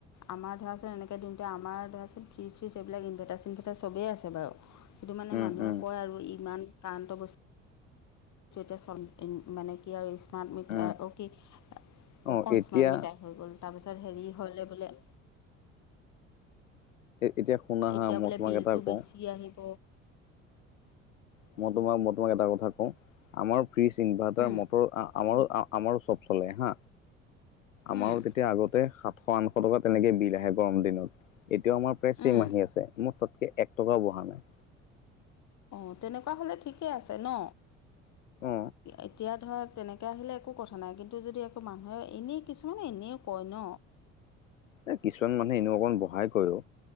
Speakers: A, on the left (about 45°); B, on the left (about 80°).
A: আমাৰ ধৰাচোন এনে একেদিনতে আমাৰ ধৰাচোন ফ্ৰীজ চ্ৰীজ এইবিলাক ইনভেটাৰ চিনভেটাৰ চবেই আছে বাৰু। সেইটো মানে
B: উম
A: মানুহে
B: উম
A: কয় আৰু ইমান কাৰান্ত বস্তু <unintelligible> এতিয়া মানে কি আৰু স্মাৰ্ট মিটাৰ
B: উম
A: অ কি স্মাৰ্ট
B: অ এতিয়া
A: মিটাই হৈ গ'ল তাৰপিছত হেৰি হ'লে বোলে।
B: এতিয়া শুনা
A: এতিয়া
B: হা মই
A: বোলে
B: তোমাক
A: বিলটো
B: এটা কওঁ
A: বেছি আহিব।
B: মই তোমাক মই তোমাক এটা কথা কওঁ আমাৰ ফ্ৰিজ ইনভাৰ্টাৰ
A: উম,
B: মটৰ আমাৰো আমাৰো চব চলে হা আমাৰো
A: উম,
B: তেতিয়া আগতে সাত ছ আনশ টকা তেনেকে বিল আহে গৰম দিনত এতিয়াও আমাৰ প্ৰায় চেম
A: উম।
B: আহি আছে মোক তাতকে এক টকাও বহা নাই।
A: অঁ তেনেকুৱা হ'লে ঠিকে আছে ন
B: অ
A: এতিয়া ধৰা তেনে একে আহিলে একো কথা নাই কিন্তু যদি একো মানুহে এনেই কিছুমানে এনেও কয় ন।
B: এ কিছুমান মানুহে এনেও অকণ বহাই কয় ঔ।